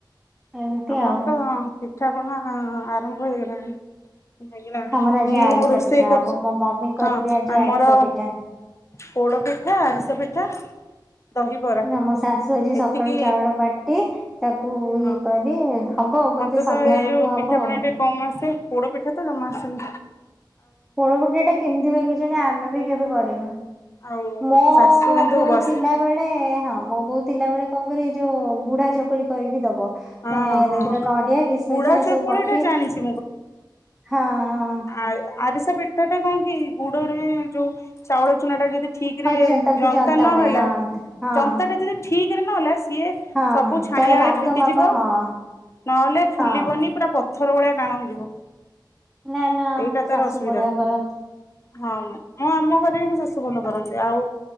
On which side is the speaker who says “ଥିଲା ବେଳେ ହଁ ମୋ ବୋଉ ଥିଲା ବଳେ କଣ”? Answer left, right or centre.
Centre